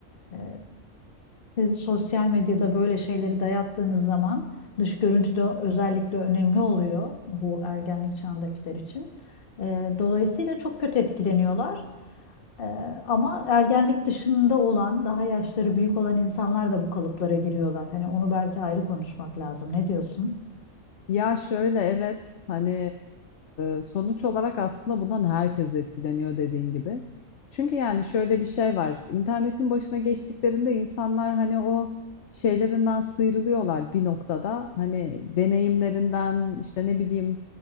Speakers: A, on the left; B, on the left.
A: Eee, siz sosyal medyada böyle şeyleri dayattığınız zaman dış görüntü de özellikle önemli oluyor bu ergenlik çağındakiler için. Eee, dolayısıyla çok kötü etkileniyorlar. Ee, ama ergenlik dışında olan, daha yaşları büyük olan insanlar da bu kalıplara giriyorlar. Hani onu belki ayrı konuşmak lazım. Ne diyorsun?
B: Ya şöyle evet hani e, sonuç olarak aslında bundan herkes etkileniyor dediğin gibi. Çünkü yani şöyle bir şey var. İnternetin başına geçtiklerinde insanlar hani o şeylerinden sıyrılıyorlar bir noktada. Hani deneyimlerinden işte ne bileyim